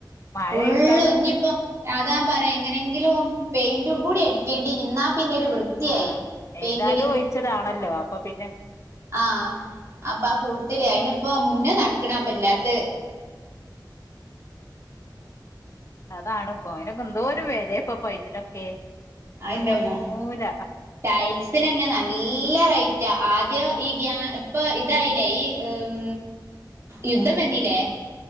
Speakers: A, on the left (about 40°); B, on the right (about 40°).
A: മഴ
B: ഫുള്ള്
A: പെയ്താ
B: ഒഞ്ഞിപ്പ അതാൻ പറയാ എങ്ങനെങ്കിലും പെയിന്റും കൂടി അടിക്കേണ്ടി നിന്നാ പിന്നീട് വൃത്തിയായി
A: ആ
B: പെയിന്റടി
A: ഏതായാലും ഒഴിച്ചതാണല്ലോ അപ്പൊ പിന്നെ
B: ആ അപ്പം ആ കൂട്ടത്തില് അയിനിപ്പം മുന്നേ നടക്കണ അപ്പ ഇല്ലാത്ത
A: അതാണ് പോയി എന്തോ ഒരു വിലയാപ്പൊ പൈപ്പിനൊക്കെ
B: അതെന്റെമ്മോ
A: ഒന്ന് വാങ്ങൂല
B: ടൈൽസിന് തന്നെ നല്ല റേറ്റാ ആദ്യം ഈ ഗ്യാ ഇപ്പൊ ഇതായില്ലേ ഈ ഉം യുദ്ധം വരുന്നില്ലേ